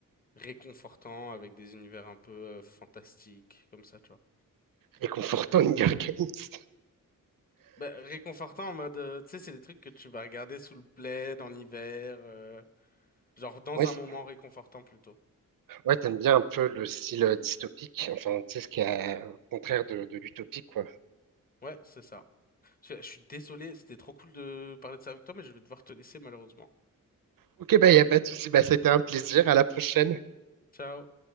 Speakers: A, on the left; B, on the right.
A: réconfortants avec des univers un peu euh, fantastiques, comme ça, tu vois.
B: réconfortant Hunger Games. <laughs>
A: Bah, réconfortant en mode, euh, tu sais, c'est des trucs que tu vas regarder sous le plaid en hiver, euh, genre dans
B: Ouais,
A: un moment réconfortant plutôt.
B: Ouais, t'aimes bien un peu le style euh, dystopique, enfin, tu sais, ce qui est euh, au contraire de, de l'utopique, quoi.
A: Ouais, c'est ça. Je, je suis désolé, c'était trop cool de parler de ça avec toi, mais je vais devoir te laisser malheureusement.
B: Ok, bah, y a pas de souci, bah, c'était un plaisir, à la prochaine.
A: Ciao.